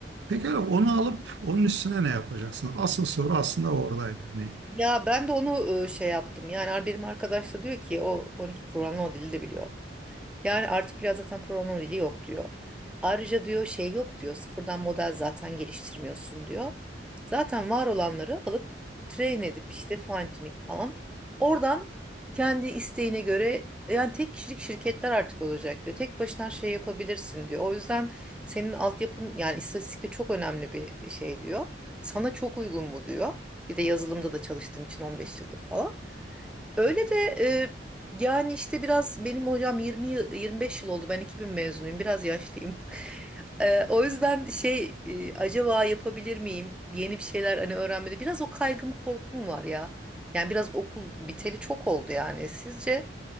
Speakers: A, on the right (about 70°); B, in the centre.
A: Pekala onu alıp onun üstüne ne yapacaksın? Asıl soru aslında oradaydı. Hani
B: Ya ben de onu e, şey yaptım. Yani ar- benim arkadaş da diyor ki o 12 programlama dili de biliyor. Yani artık biraz zaten programlama dili yok diyor. Ayrıca diyor şey yok diyor. Sıfırdan model zaten geliştirmiyorsun diyor. Zaten var olanları alıp train edip işte fine tuning falan. Oradan kendi isteğine göre yani tek kişilik şirketler artık olacak diyor. Tek başına şey yapabilirsin diyor. O yüzden senin altyapın yani istatistik de çok önemli bir şey diyor. Sana çok uygun bu diyor. Bir de yazılımda da çalıştığım için 15 yıldır falan. Öyle de e, yani işte biraz benim hocam 20 yıl- 25 yıl oldu. Ben 2000 mezunuyum. Biraz yaşlıyım. <laughs> E, o yüzden şey e, acaba yapabilir miyim? Yeni bir şeyler hani öğrenmede biraz o kaygım korkum var ya. Yani biraz okul biteli çok oldu yani. Sizce